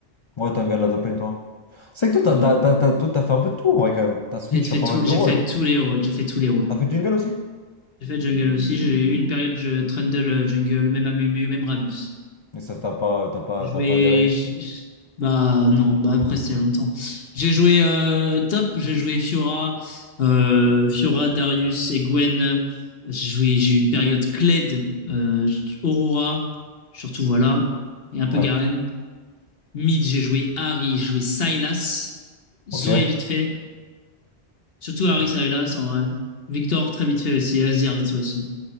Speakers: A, on the left (about 45°); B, on the left (about 60°).
A: ouais, t'es un gars de la top lane, toi. C'est que toi,
B: et
A: t'as,
B: ouais.
A: t'as, t'as, t'as- toi, t'as fait un peu de tout en vrai quand même. T'as switch
B: J'ai fait,
A: sur pas
B: tout,
A: mal de
B: j'ai
A: rôles.
B: fait tous les rôles. J'ai fait tous les rôles.
A: T'as fait Jungle aussi?
B: J'ai fait jungle aussi. J'ai eu une période, je trundle euh, jungle, même Amumu, même Ramus.
A: mais ça, t'as pas, t'as pas,
B: J'ai joué.
A: t'as pas adhéré.
B: j- Bah non, bah après c'était il y a longtemps. J'ai joué euh, Top, j'ai joué Fiora, euh, Fiora, Darius et Gwen. J'ai joué, j'ai eu une période Kled, euh, Aurora, surtout voilà, et un peu
A: Ouais,
B: Garen. Mid, j'ai joué Harry, j'ai joué Sylas, Zoé
A: ok.
B: vite fait, surtout Harry
A: Bon.
B: Sylas en vrai. Victor très vite fait aussi, Azir vite fait aussi.